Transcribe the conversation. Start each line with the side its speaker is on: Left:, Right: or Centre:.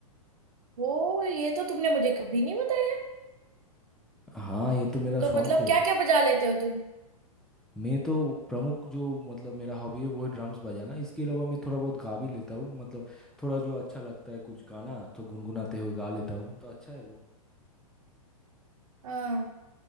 Right: वो ये तो तुमने मुझे कभी नहीं बताया
Centre: हाँ ये तो मेरा
Right: तो
Centre: शौक
Right: मतलब
Centre: है
Right: क्या क्या बजा लेते हो तुम
Centre: मैं तो प्रमुख जो मतलब मेरा हॉबी है वो है ड्रम्स बजाना इसके अलावा मैं थोड़ा बहुत गा भी लेता हूँ मतलब थोड़ा जो अच्छा लगता है कुछ गाना तो गुनगुनाते हुए गा लेता हूँ तो अच्छा है वो
Right: हाँ